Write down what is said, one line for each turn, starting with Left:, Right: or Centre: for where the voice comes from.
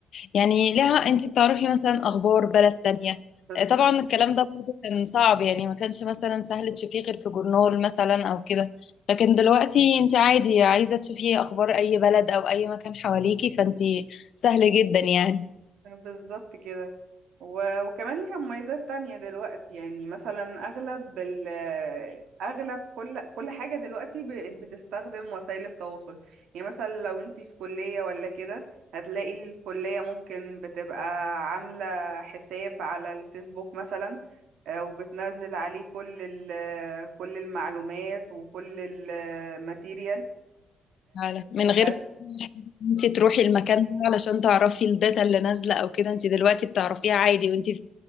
Left: يعني لها انت بتعرفي مثلا اخبار بلد تانية
Right: بالظبط
Left: آه، طبعا الكلام ده برضو كان صعب يعني ما كانش مثلا سهل تشوفيه غير في جورنال مثلا او كده لكن دلوقتي انت عادي عايزة تشوفي اخبار اي بلد او اي مكان حواليكي فانت سهل جدا يعني
Right: بالظبط كده و... وكمان ليها مميزات تانية دلوقتي يعني مثلا أغلب ال... أغلب كل كل حاجة دلوقتي بقت بتستخدم وسائل التواصل يعني مثلا لو انتي في كلية ولا كده هتلاقي الكلية ممكن بتبقى عاملة حساب على الفيسبوك مثلا آه، وبتنزل عليه كل ال... كل المعلومات وكل الماتيريال
Left: فعلا من
Right: فهت...
Left: غير ما انت تروحي المكان ده علشان تعرفي الداتا اللي نازلة او كده انت دلوقتي بتعرفيها عادي وانت في